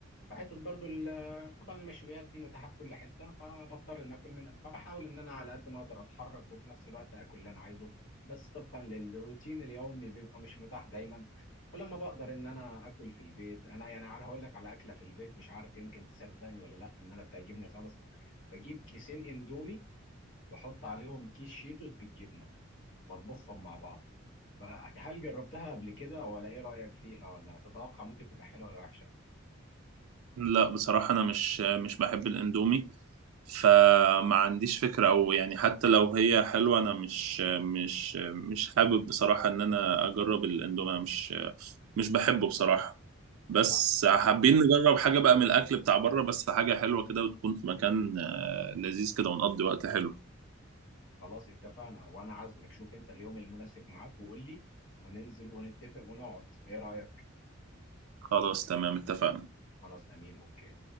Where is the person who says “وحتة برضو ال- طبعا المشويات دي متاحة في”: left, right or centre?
Left